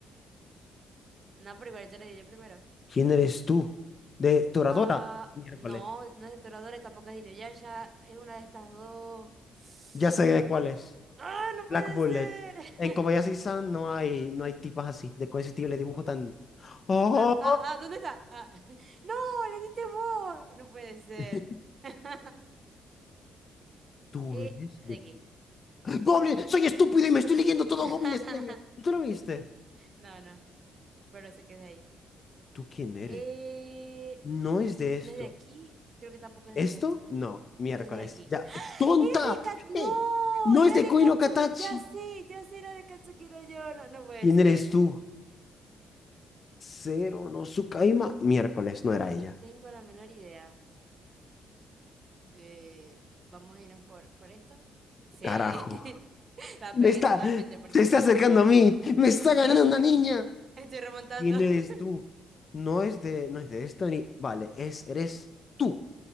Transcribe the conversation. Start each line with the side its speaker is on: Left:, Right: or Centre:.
Right: No, pero igual yo le di yo primero.
Left: ¿Quién eres tú? De Toradora.
Right: Ah,
Left: Miércoles.
Right: no, no es de Toradora, tampoco es de Inuyasha. Es una de estas dos. <gasps>
Left: Ya sé de cuál es.
Right: ¡Ah, no
Left: Black
Right: puede
Left: Bullet.
Right: ser! <laughs>
Left: En Kobayashi-san no hay, no hay tipas así, de con ese tipo de dibujo tan. ¡Oh!
Right: Ah, ah, ah, ¿dónde está? Ah. <laughs> ¡No, le diste vos! No puede ser.
Left: <laughs>
Right: <laughs>
Left: ¿Tú
Right: Eh,
Left: eres de
Right: de aquí.
Left: quién? ¡Goblin! ¡Soy estúpido y me estoy leyendo todo
Right: <laughs>
Left: Goblin Slayer! ¿Tú lo viste?
Right: No, no, pero se queda ahí.
Left: ¿Tú quién eres?
Right: Eh,
Left: No
Right: mm,
Left: es de esto.
Right: no es de aquí, creo que tampoco es
Left: ¿Esto?
Right: de Akatsuki.
Left: No, miércoles.
Right: Entonces de aquí.
Left: Ya.
Right: ¡Ah!
Left: ¡Tonta!
Right: ¡Era de Akatsuki!
Left: ¡Ey!
Right: ¡No!
Left: ¡No
Right: Era
Left: es de
Right: de
Left: Koino
Right: Akatsuki.
Left: Katachi!
Right: Ya sé, ya sé, era de Akatsuki no yo. No, no puede
Left: ¿Quién
Right: ser.
Left: eres tú? Cero no Tsukaima, miércoles, no era
Right: No
Left: ella.
Right: tengo la menor idea. Eh, vamos a irnos por, por esto. Sí.
Left: Carajo.
Right: <laughs> La
Left: Me
Right: pegué
Left: está,
Right: totalmente
Left: se
Right: porque
Left: está
Right: es que.
Left: acercando a mí. Me está ganando
Right: Sí,
Left: una niña.
Right: estoy remontando.
Left: ¿Quién
Right: <laughs>
Left: eres tú? No es de, no es de esto ni. Vale, es, eres tú.